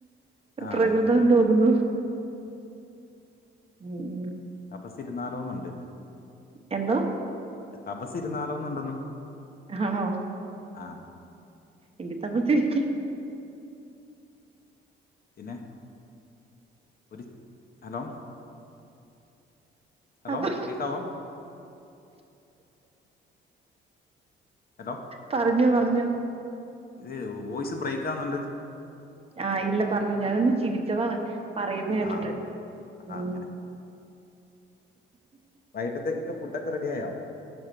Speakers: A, on the left; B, on the right.
A: ആഹ്
B: പ്രകൃതം
A: അതെ അതെ
B: ന്ന് തോന്നുന്നു ഉ
A: തപസിരുന്നാലോന്നുണ്ട്
B: എന്തോ
A: തപസ് ഇരുന്നാലോന്നുണ്ടന്ന്
B: ആണോ
A: ആഹ
B: എങ്കിൽ തപസ്സിരിക്ക്
A: പിന്നെ ഒരു ഹലോ ഹലോ
B: അപ്പൊ
A: കേക്കാവോ ഹലോ
B: പറഞ്ഞോ പറഞ്ഞോ
A: ഇത് വോയ്സ് ബ്രേക്ക് ആവുന്നുണ്ട്
B: ആഹ ഇല്ല പറഞ്ഞോ ഞാൻ ഒന്ന് ചിരിച്ചതാണ് പറയുന്നത് കേട്ടിട്ട്
A: ആണോ
B: ഉ
A: ആഹ് അങ്ങനെ വൈക്കിട്ടത്തെക്ക് ഫുഡ്‌ ഒക്കെ റെടിയാ യോ